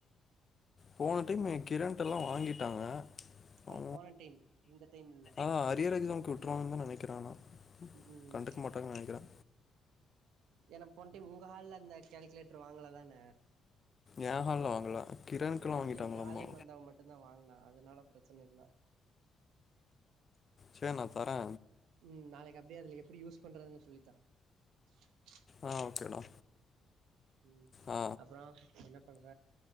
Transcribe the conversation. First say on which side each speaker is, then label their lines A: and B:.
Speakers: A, on the left; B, on the right.
A: போனப் மே கிரண்ட் எல்லா வாங்கிட்டாங்க
B: அது
A: ஆ
B: போன டைம் இந்த டைம் இல்ல
A: ஆஹ் அரியர் எக்ஸாம்க்கு விட்டுருவாங்குனுதா நெனக்கிறே நா
B: ம் ம்
A: கண்டுக்க மாட்டாங்குனு நெனக்கிறே
B: ஏன்னா போன டைம் உங்க ஹால்ல அந்த ஃகேல்குலேட்டர் வாங்கலதான
A: ஏ ஹால்ல வாங்கல கிரண்க்கெல்லாம்
B: உம்
A: வாங்கிட்டாங்களாமா
B: எங்க ஹாலுக்கு வந்தவன் மட்டும்தா வாங்குனா அதனால ப்ர ப்ரச்சனை இல்ல
A: சேர் நா தரே
B: உம் நாளைக்கு அப்டியே அதுல எப்புடி யூஸ் பண்றதுன்னு சொல்லித்தா <unintelligible>
A: ஆ ஓகேடா
B: உம்
A: ஆ
B: அப்பறோ என்ன பண்ற